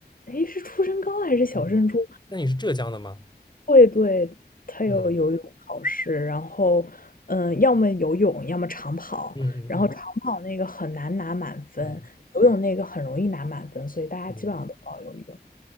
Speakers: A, on the left (about 55°); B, on the left (about 25°).
A: 哎，是初升高还是小升初？
B: 嗯，那你是浙江的吗？
A: 会对，他有游泳考试，
B: 嗯
A: 然后，嗯，要么游泳，要么长跑，
B: 嗯嗯嗯
A: 然后长跑那个很难拿满分，
B: 嗯
A: 游泳那个很容易拿满分，所以大家基本上都报游泳。
B: 嗯。